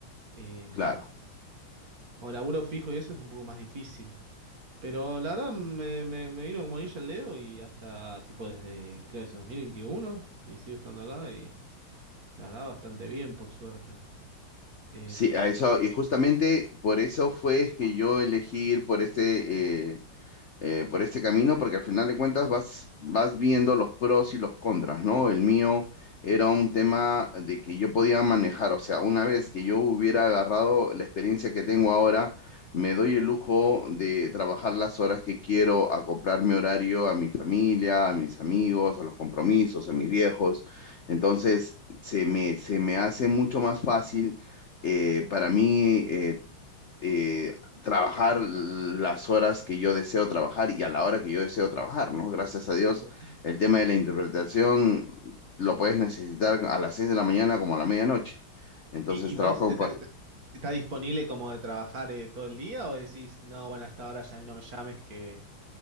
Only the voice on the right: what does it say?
Em,
como laburo fijo y eso es un poco más difícil. Pero la verdad me, me, me vino como anillo al dedo y hasta tipo desde, creo que es 2021 y sigo estando acá y la verdad bastante bien por suerte. Em,
Muy bien.
¿y, y
vos eh, te- te- estás disponible como de trabajar eh, todo el día o decís, no, bueno, a esta hora ya no me llames que,